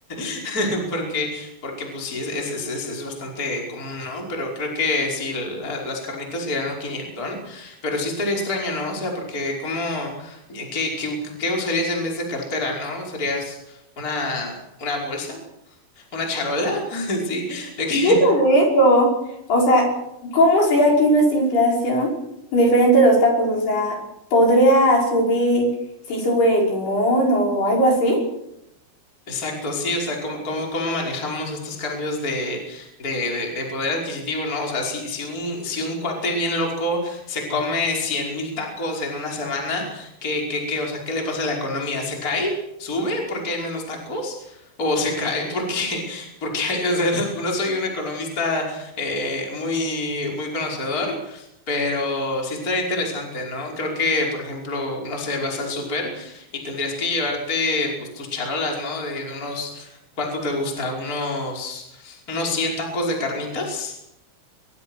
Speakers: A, on the left; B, on the left.
A: <laughs> Porque, porque pues sí, es, es, es, es es bastante común, ¿no? Pero creo que sí, la- las carnitas serían un quinientón, pero sí estaría extraño, ¿no? O sea, porque ¿cómo, eh, qué, qué, qué usarías en vez de cartera, ¿no? ¿Usarías una, una bolsa? ¿Una charola? <laughs> Sí, de
B: Y
A: que
B: deja de eso. O sea, ¿cómo sería aquí nuestra inflación diferente a los tacos? O sea, ¿podría subir si sube el limón o algo así?
A: Exacto, sí, o sea, cómo, cómo, cómo manejamos estos cambios de, de, de, de poder adquisitivo, ¿no? O sea, si, si un, si un cuate bien loco se come cien mil tacos en una semana, ¿qué, qué, qué? O sea, ¿qué le pasa a la economía? ¿Se cae? ¿Sube porque hay menos tacos? ¿O se cae porque, <laughs> porque hay- o sea, no, no soy un economista eh, muy, muy conocedor, pero sí estaría interesante, ¿no? Creo que, por ejemplo, no sé, vas al súper. Y tendrías que llevarte pues tus charolas, ¿no? De unos, ¿cuánto te gusta? Unos, unos 100 tacos de carnitas.